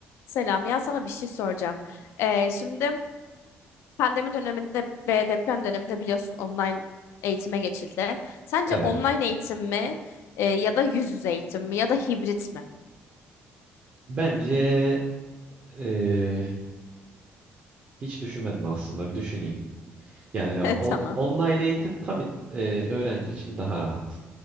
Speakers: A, on the left; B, on the right.
A: Selam ya sana bir şey soracağım. Ee, şimdi pandemi döneminde ve deprem döneminde biliyorsun online eğitime geçildi. Sence
B: Evet.
A: online eğitim mi e, ya da yüz yüze eğitim mi ya da hibrit mi?
B: Bence eee, hiç düşünmedim aslında. Bir düşüneyim. Yani
A: <laughs>
B: o-
A: Tamam.
B: online eğitim tabii eee, öğrenci için daha rahat.